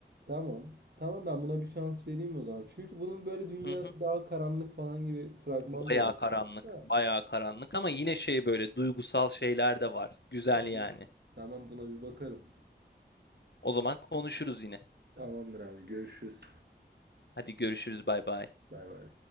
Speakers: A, on the right; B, on the left.
A: Tamam. Tamam ben buna bir şans vereyim o zaman. Çünkü bunun böyle dünyası
B: Hı hı.
A: daha karanlık falan gibi fragman
B: Bayağı
A: da yok.
B: karanlık,
A: İşte.
B: bayağı karanlık ama yine şey böyle duygusal şeyler de var. Güzel
A: Tamam.
B: yani.
A: Tamam buna bir bakarım.
B: O zaman konuşuruz yine.
A: Tamamdır abi. Görüşürüz.
B: Hadi görüşürüz, bay bay.
A: Bay bay.